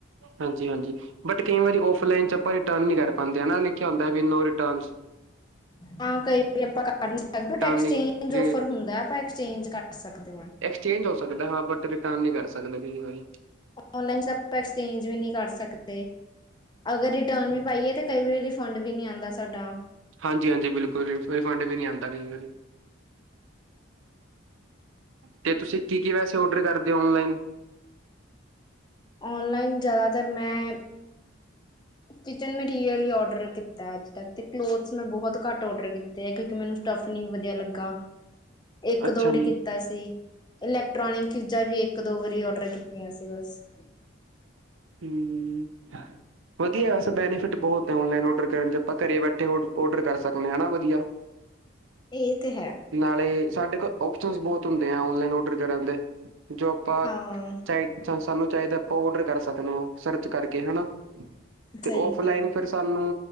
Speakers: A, on the right; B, on the left.
A: ਹਾਂਜੀ ਹਾਂਜੀ ਬਟ ਕਈ ਵਾਰੀ ਆਫਲਾਈਨ ਚ ਆਪਾ ਰਿਟਨ ਨਈ ਕਰ ਪਾਂਦੇ ਹਨਾ ਲਿਖਿਆ ਹੁੰਦਾ ਵਈ ਨੋ ਰਿਟਨਸ
B: ਹਾਂ ਕਈ ਆਪਾਂ ਕਰ ਨੀ ਸਕਦੇ ਐਕਸਚੇਂਜ
A: ਨਹੀਂ
B: ਔਫਰ ਹੁੰਦਾ ਆਪਾਂ ਐਕਸਚੇਂਜ ਕਰ ਸਕਦੇ ਹਾਂ
A: ਚੇਂਜ ਹੋ ਸਕਦਾ ਬਟ ਰਿਟਰਨ ਨਹੀਂ ਕਰ ਸਕਦੇ ਕਈ ਵਾਰੀ
B: ਓੰਨ ਲਾਈਨ ਐਕਸਚੇਂਜ ਵੀ ਨਹੀਂ ਕਰ ਸਕਦੇ ਅਗਰ ਰਿਟਰਨ ਵੀ ਪਾਈਏ ਤੇ ਕਈ ਵਾਰੀ ਫੰਡ ਵੀ ਨਹੀਂ ਆਦਾ ਸਾਡਾ
A: ਹਾਂਜੀ- ਹਾਂਜੀ ਬਿਲਕੁਲ ਰਿਫੰਡ ਵੀ ਨਈ ਆਦਾ ਕਈ ਵਾਰੀ ਤੇ ਤੁਸੀਂ ਕੀ ਕੀ ਵੈਸੇ ਔਡਰ ਕਰਦੇ ਹੋ ਓਨਲਾਈਨ
B: ਔਨਲਾਈਨ ਜ਼ਿਆਦਾਤਰ ਮੈਂ
A: ਅੱ
B: ਕਿਚਨ ਮੈਂ ਰੀਅਲੀ ਔਡਰ ਕੀਤਾ ਅੱਜ ਤੱਕ ਤੇ ਕਲੋਥਸ ਮੈਂ ਬਹੁਤ ਘੱਟ ਔਡਰ ਕੀਤੇ ਹੈ ਕਿਉਂਕਿ ਮੈਨੂੰ ਸਟਫ ਨੀ ਵਧੀਆ ਲੱਗਾ ਇੱਕ
A: ਅੱਛਾ
B: ਦੋ ਵਾਰੀ
A: ਜੀ
B: ਕੀਤਾ ਸੀ ਇਲੈਕਟ੍ਰੋਨਿਕ ਚੀਜ਼ਾਂ ਵੀ ਇੱਕ ਦੋ ਵਾਰੀ ਔਡਰ ਕੀਤੀਆਂ ਸੀ ਬਸ
A: ਹਮ ਵਧੀਆ ਵੈਸ ਬੈਨੀਫਿਟ ਬਹੁਤ ਔਨਲਾਈਨ ਔਡਰ ਕਰਨ ਚ ਆਪਾਂ ਘਰੇ ਬੈਠੇ ਔਡਰ ਕਰ ਸਕਦੇ ਹ ਹਨਾ ਵਧੀਆ
B: ਇਹ ਤੇ ਹੈ
A: ਨਾਲੇ ਸਾਡੇ ਕੋਲ ਓਪਸ਼ਨਸ ਬਹੁਤ ਹੁੰਦੇ ਆ ਔਨਲਾਈਨ ਔਡਰ ਕਰਨ ਦੇ ਜੋ ਆਪਾਂ
B: ਹਾਂ
A: ਚਾਹੀ ਸਾਨੂੰ ਚਾਹੀਦਾ ਓਡਰ ਕਰ ਸਕਦੇ ਹੋ ਸਰਚ ਕਰਕੇ ਹਨਾ ਤੇ
B: ਸਹੀ
A: ਫਲਾਈਨ
B: ਕਿਹਾ
A: ਫਿਰ ਸਾਨੂੰ